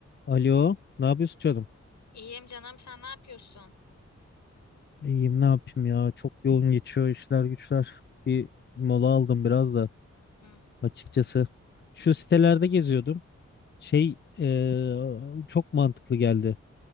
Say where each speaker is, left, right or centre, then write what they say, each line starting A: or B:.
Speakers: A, on the left; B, on the left.
A: Alo, ne yapıyorsun canım?
B: İyiyim canım sen ne yapıyorsun?
A: İyiyim, ne yapayım ya? Çok yoğun geçiyor işler güçler. Bir mola aldım biraz da
B: Hı,
A: açıkçası. Şu sitelerde geziyordum. Şey eee, çok mantıklı geldi.